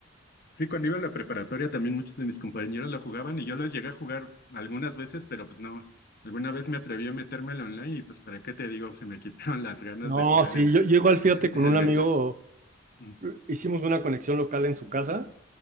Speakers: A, on the left; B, on the right.
A: Sí, cuando iba a la preparatoria también muchos de mis compañeros lo jugaban y yo lo llegué a jugar algunas veces, pero pues no. Alguna vez me atreví a meterme al online y pues para qué te digo, se me <laughs> quitaron las ganas
B: No,
A: de jugar
B: sí,
A: el,
B: yo llego al fíjate
A: <laughs>
B: con
A: el
B: un amigo,
A: Age. Mm,
B: hicimos una conexión local en su casa